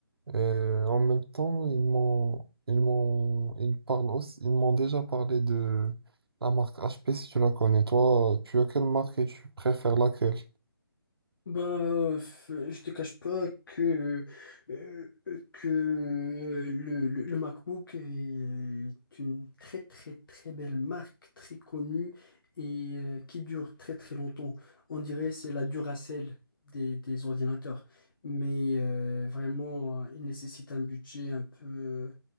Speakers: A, on the right (about 80°); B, on the left (about 60°).
A: Euh, en même temps, ils m'ont, ils m'ont, ils parlent aussi, ils m'ont déjà parlé de la marque HP si tu la connais. Toi, tu as quelle marque et tu préfères laquelle?
B: Bah, euh, je te cache pas que, euh, que euh, le, le- le MacBook est une très très très belle marque, très connue et euh, qui dure très très longtemps. On dirait c'est la Duracell des, des ordinateurs. Mais euh, vraiment, il nécessite un budget un peu